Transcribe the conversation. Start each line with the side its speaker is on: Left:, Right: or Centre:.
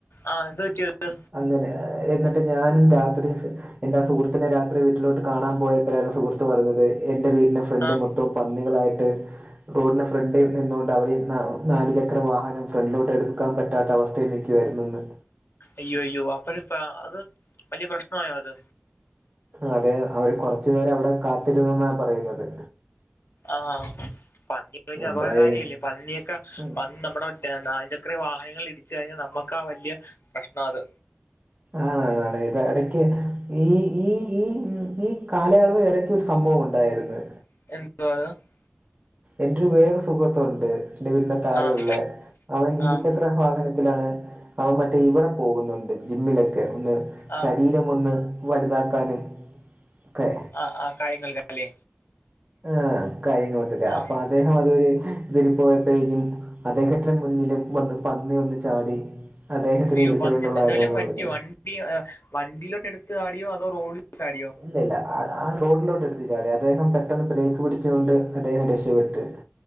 Left: ആഹ് എന്ത പറ്റി ത്?
Right: അങ്ങനെ എന്നിട്ട് ഞാനും രാത്രി സ് എന്റെ സുഹൃത്തിനെ രാത്രി വീട്ടിലോട്ട് കാണാൻ പോയപ്പലാണ് സുഹൃ ത്ത് പറഞ്ഞത് എൻ്റെ വീടിൻ്റെ ഫ്രണ്ട്
Left: ആഹ്
Right: മൊത്തം പന്നികളായിട്ട് റോഡിന് ഫ്രണ്ടിൽ നിന്നോണ്ട് അവര് നാ നാല് ചക്ര വാഹനം ഫ്രണ്ടിലോട്ട് എടുക്കാൻ പറ്റാത്ത അവസ്ഥയിൽ നി കെടന്നൊന്ന്
Left: അയ്യോ അയ്യോ അപ്പഴ ഫ അത് വലിയ പ്രശ്നായോ അത്.
Right: അതെ അവര് കൊറച്ച് നേരം അവടെ കാത്തിരുന്നെന്നാ പറയുന്നത്.
Left: ആഹ് പന്നി വലിയ
Right: എന്തായാലും
Left: അപകടകാര്യല്ലേ പന്നിയൊക്കെ
Right: ഉം.
Left: പന്ന നമ്മുടെ <unintelligible> ഇത്രേം വാഹനങ്ങൾ ഇടിച്ച് കഴിഞ്ഞാ നമ്മക്കാ ആ വല്ല്യ പ്രശ്ന ത്.
Right: ആണാണാണ് ഇത് എടക്കി ഈ ഈ ഈ ഉം ഈ കാലയളവ് എട സംഭവം ഉണ്ടായിരുന്ന്.
Left: <unintelligible>
Right: എന്റെരു വേറെ സുഹൃത്തുണ്ട് എന്റെ വീട്ട്ൻ്റെ താഴെയുള്ള
Left: ആഹ്
Right: അവൻ ഇടിച്ച
Left: ആഹ്
Right: വാഹനത്തിലാണ് അവ മറ്റേ ഇവടെ പോകുന്നുണ്ട് ജിമ്മിലൊക്കെ ഒന്ന്
Left: ആഹ്
Right: ശരീ മൊന്ന് വലുതാക്കാന് ഒക്കെ
Left: ആഹ് ആഹ് <unintelligible> ല്ലേ.
Right: ആഹ് <unintelligible>
Left: ആഹ്
Right: അപ്പ അ അദ്ദേഹം അത് ഒരു ഇതിൽ പോയപ്പോഴേഞ്ഞും <unintelligible> മുന്നിലും വന്ന് പന്നി വന്ന് ചാടി. അദ്ദേഹത്തിന്
Left: അയ്യോ
Right: ഇടിച്ചോ
Left: പന്നി
Right: <unintelligible> റഞ്ഞ്
Left: എന്തെലും പറ്റിയോ വണ്ടി വണ്ടിയിലോട്ട് എടുത്ത് ചാടിയോ അതോ റോഡ് ചാടിയോ?
Right: ഇല്ല ല്ല ആഹ് ആഹ് റോഡിലോട്ട് എടുത്ത് ചാടി അദ്ദേഹം പെട്ടെന്ന് ബ്രേക്ക് പിടിച്ചോണ്ട് അദ്ദേഹം രക്ഷപ്പെട്ട്.